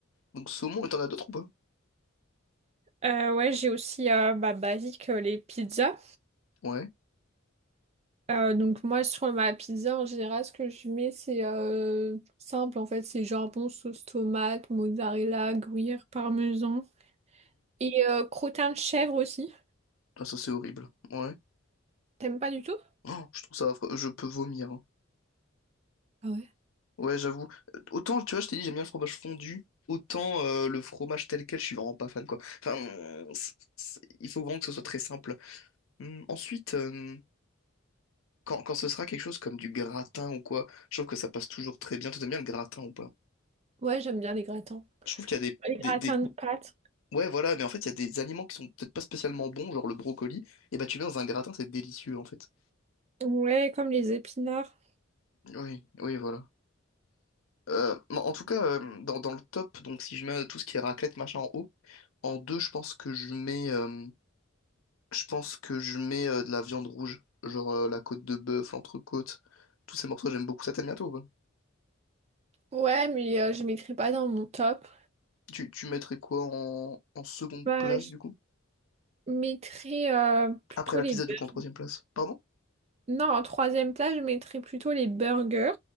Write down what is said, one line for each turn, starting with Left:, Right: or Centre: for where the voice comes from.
Left: Donc, saumon, et t'en as d'autres ou pas?
Right: Euh, ouais, j'ai aussi euh, bah, basique euh, les pizzas.
Left: Ouais.
Right: Euh, donc moi, sur ma pizza, en général, ce que je mets, c'est euh, simple, en fait. C'est jambon, sauce tomate, mozzarella, gruyère, parmesan. Et euh, crottin de chèvre aussi.
Left: Ah, ça, c'est horrible. Ouais.
Right: T'aimes pas du tout?
Left: Oh, je trouve ça affreux. Je peux vomir. hein.
Right: Ah ouais?
Left: Ouais, j'avoue. Euh, Autant, tu vois, je t'ai dit, j'aime bien le fromage fondu. Autant euh, le fromage tel quel, je suis vraiment pas fan, quoi. Enfin, euh, c'est- c'est- il faut vraiment que ce soit très simple. Hum, ensuite, euh, quand, quand ce sera quelque chose comme du gratin ou quoi, je trouve que ça passe toujours très bien. Tu aimes bien le gratin ou pas?
Right: Ouais, j'aime bien les gratins.
Left: Je trouve qu'il y a des,
Right: Les gratins
Left: des, des-
Right: de pâtes.
Left: Ouais, voilà, mais en fait, il y a des aliments qui sont peut-être pas spécialement bons, genre le brocoli. Et bah, tu mets dans un gratin, c'est délicieux, en fait.
Right: Ouais, comme les épinards.
Left: Oui, oui, voilà. Euh, en en tout cas, euh, dans, dans le top, donc si je mets euh, tout ce qui est raclette, machin en haut, en deux, je pense que je mets, euh, je pense que je mets euh, de la viande rouge, genre euh, la côte de bœuf, l'entrecôte, tous ces morceaux, j'aime beaucoup ça, t'aimes bien toi ou pas
Right: Ouais, mais euh, je mettrai pas dans mon top.
Left: Tu, tu mettrais quoi en, en seconde
Right: Bah,
Left: place
Right: je
Left: du coup?
Right: mettrais euh, plutôt
Left: Après la
Right: les
Left: pizza
Right: burgers.
Left: du coup en troisième place. Pardon?
Right: Non, en troisième place je mettrais plutôt les burgers.